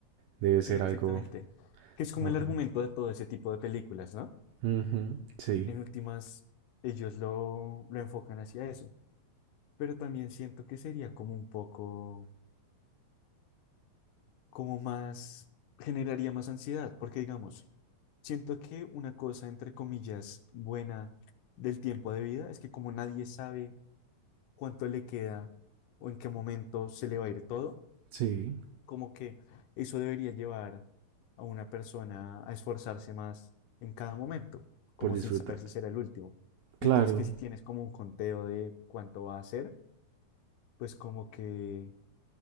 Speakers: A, on the right (about 85°); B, on the left (about 85°).
A: debe
B: Sí,
A: ser
B: exactamente.
A: algo...
B: Que es como
A: Ajá.
B: el argumento de todo ese tipo de películas, ¿no?
A: Ujú, Sí,
B: En últimas, ellos lo, lo enfocan hacia eso pero también siento que sería como un poco, como más, generaría más ansiedad, porque digamos, siento que una cosa, entre comillas, buena del tiempo de vida es que como nadie sabe cuánto le queda o en qué momento se le va a ir todo,
A: sí,
B: como que eso debería llevar a una persona a esforzarse más en cada momento,
A: por
B: como
A: disfrutar.
B: sin saber si será el último.
A: Claro.
B: Mientras que si tienes como un conteo de cuánto va a ser, pues como que